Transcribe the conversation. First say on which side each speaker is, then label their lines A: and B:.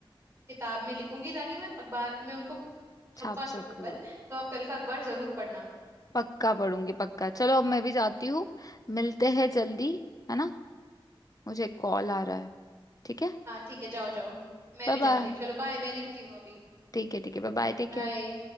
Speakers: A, on the right; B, on the left.
A: किताब में लिखूंगी ताकि मैं अखबार में उनको छपवा
B: छाप
A: सकूं
B: सको
A: कल तो आप कल का अखबार जरूर पढ़ना
B: पक्का पढ़ूंगी पक्का चलो अब मैं भी जाती हूँ मिलते हैं जल्दी है ना मुझे कॉल आ रहा है ठीक है
A: हाँ ठीक है जाओ जाओ मैं
B: Bye
A: भी
B: bye
A: जाती हूँ चलो बाय मैं लिखती हूँ अभी
B: ठीक है ठीक है Bye bye Take
A: बाय
B: care